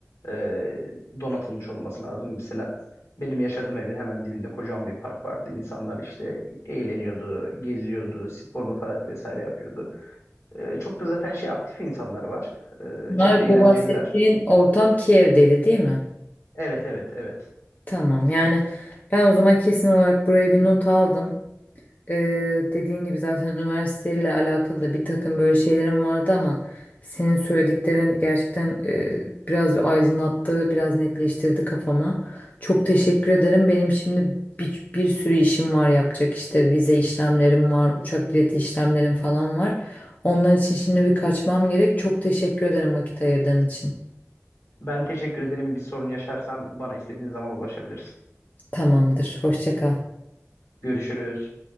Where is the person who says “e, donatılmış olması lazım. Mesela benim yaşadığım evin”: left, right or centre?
Left